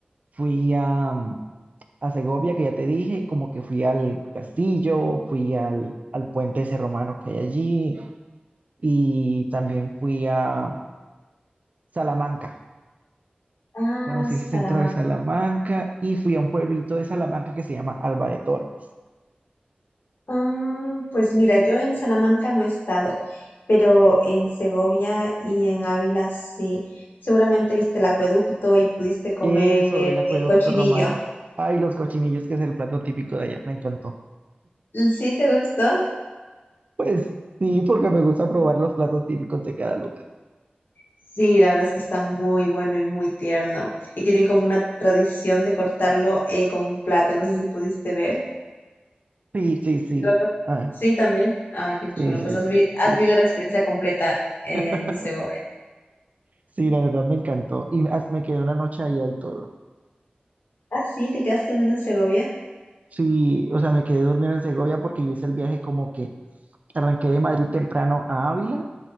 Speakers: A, on the right (about 45°); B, on the left (about 80°).
A: Fui a, mm, a Segovia, que ya te dije, como que fui al castillo, fui al, al puente ese romano que hay allí y también fui a Salamanca.
B: Ah,
A: Conocí
B: Salamanca.
A: el centro de Salamanca y fui a un pueblito de Salamanca que se llama Alba de Tor.
B: Ah, pues mira, yo en Salamanca no he estado, pero en Segovia y en Ávila sí. Seguramente viste el acueducto y pudiste comer
A: Eso, el acueducto
B: el cochinillo.
A: romano. Ay, los cochinillos, que es el plato típico de allá. Me encantó.
B: ¿Sí te gustó?
A: Pues sí, porque me gusta probar los platos típicos de cada lugar.
B: Sí, la verdad es que está muy bueno y muy tierno. Y tienen como una tradición de cortarlo eh, con un plato. No sé si pudiste ver.
A: Sí, sí, sí.
B: Lo cor-
A: Ay,
B: Sí, también. Ah, qué chulo.
A: sí, sí,
B: Pues has, vi-
A: sí.
B: has
A: Qué
B: vivido
A: chido.
B: la experiencia completa en
A: <laughs>
B: Segovia.
A: Sí, la verdad me encantó. Y me as- me quedé una noche allá y todo.
B: Ah, sí, te quedaste durmiendo en Segovia.
A: Sí, o sea, me quedé dormido en Segovia porque yo hice el viaje como que arranqué de Madrid temprano a Ávila